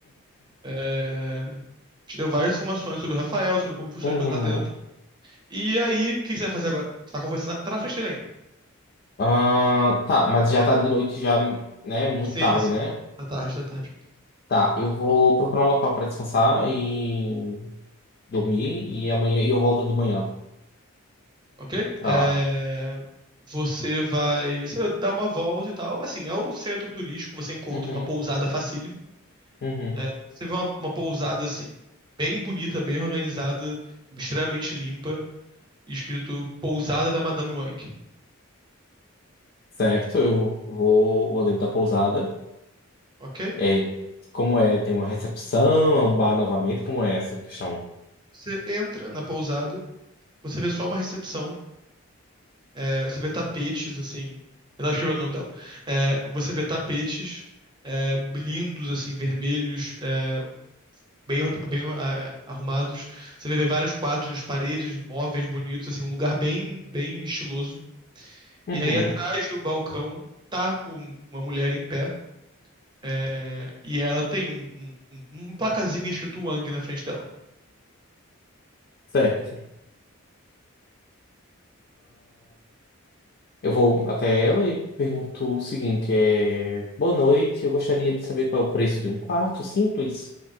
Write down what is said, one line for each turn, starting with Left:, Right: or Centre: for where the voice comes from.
Right: É... Te deu várias informações sobre o Rafael, sobre como funciona
Left: Uhum.
Right: as coisas lá dentro. E aí, o que que você vai fazer agora? Você tá conversando. Tá na frente dele ainda.
Left: Ah, tá, mas já tá de noite, já, né? Muito
Right: Sim,
Left: tarde,
Right: sim.
Left: né?
Right: sim. Da tarde, da tarde.
Left: Tá, eu vou procurar um local pra descansar e dormir e amanhã e eu volto de manhã
Right: Ok?
Left: pra
Right: É...
Left: lá.
Right: Você vai. Você dá uma volta e tal. Assim, é o centro turístico, você encontra
Left: Uhum,
Right: uma pousada facílimo.
Left: uhum.
Right: É, Você vê uma, uma pousada assim, bem bonita, bem organizada, extremamente limpa, escrito Pousada da Madame Wang.
Left: Certo, eu vou, vou dentro da pousada.
Right: Ok?
Left: É, como é? Tem uma recepção, é um bar novamente, como é essa questão?
Right: Você entra na pousada, você vê só uma recepção É, você vê tapetes, assim. Eu tava escrevendo o nome dela. É, você vê tapetes é, lindos, assim, vermelhos, é, bem, or- bem ah, arrumados. Você vê vários quadros nas paredes, móveis bonitos, assim, um lugar bem, bem estiloso.
Left: Uhum,
Right: E aí, atrás do balcão, tá um- uma mulher em pé. É, e ela tem um, um, um- uma placazinha escrito Wang na frente dela.
Left: certo. Eu vou até ela e pergunto o seguinte: é, boa noite, eu gostaria de saber qual é o preço de um quarto simples.